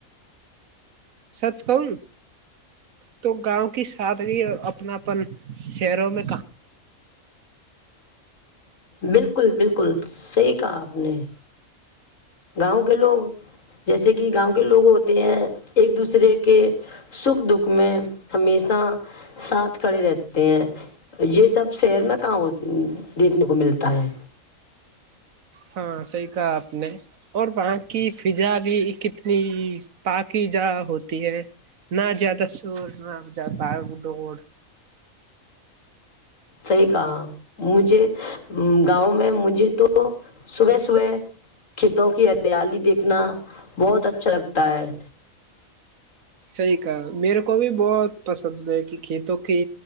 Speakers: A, on the right (about 75°); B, on the left (about 65°).
A: سچ کون تو گاؤں کی سادری اپنا اپن شہروں میں کہاں
B: بالکل بالکل صحی کہا آپ نے گاؤں کے لوگ جیسے کہ گاؤں کے لوگ ہوتے ہیں ایک دوسرے کے سکھ دکھ میں ہمیشہ ساتھ کھڑے رہتے ہیں یہ سب شہر میں کااں دیکھنے کو ملتا ہے
A: ہاں صحی کہا آپ نے اور وہاں کی فضا بھی کتنی پاکی جا ہوتی ہے نہ زیادہ شور نہ زیادہ ڈور
B: صحیح کہا مجھے گاؤں میں مجھے تو صبح صبح کھیتوں کی ہریالی دیکھنا بہت اچھا لگتا ہے
A: صحیح کہا میرے کو بھی بہت پسند ہے کہ کھیتوں کی